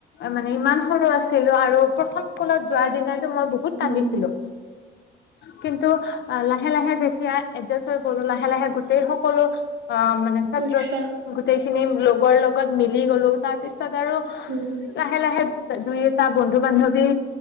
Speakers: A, on the left (about 60°); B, on the right (about 70°).
A: মানে ইমান সৰু আছে ছিলো আৰু প্ৰথম স্কুলত যোৱাৰ দিনাত মই বহুত কান্দিছিলো
B: উম
A: কিন্তু লাহে লাহে যেতিয়া এডজাষ্ট হৈ গলো লাহে লাহে গোটেই সকলো অ মানে ছাত্ৰ
B: আচ্ছা
A: ছ গোটেই খিনি লগৰ লগত মিলি গ'লো তাৰ পিছত তাৰছত আৰু
B: উম
A: লাহে লাহে ত দুই তাৰ বন্ধু বান্ধৱী